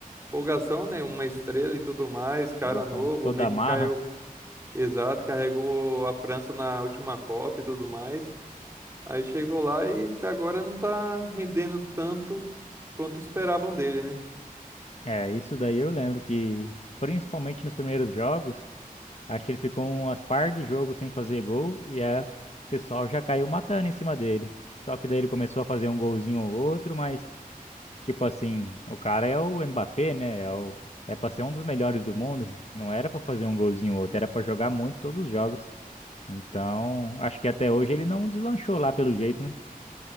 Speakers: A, on the right; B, on the left.
A: Empolgação, né? Uma estrela e tudo mais, cara
B: Chegou
A: novo,
B: com toda
A: meio
B: a
A: que
B: marra.
A: carregou, exato, carregou a França na última Copa e tudo mais. Aí chegou lá e até agora não tá rendendo tanto quanto esperavam dele, né?
B: É, isso daí eu lembro que, principalmente nos primeiros jogos. Acho que ele ficou umas par de jogos sem fazer gol e aí o pessoal já caiu matando em cima dele. Só que daí ele começou a fazer um golzinho ou outro, mas tipo assim, o cara é o Mbappé, né? É o é para ser um dos melhores do mundo, não era pra fazer um golzinho ou outro, era pra jogar muito todos os jogos. Então, acho que até hoje ele não deslanchou lá pelo jeito, né?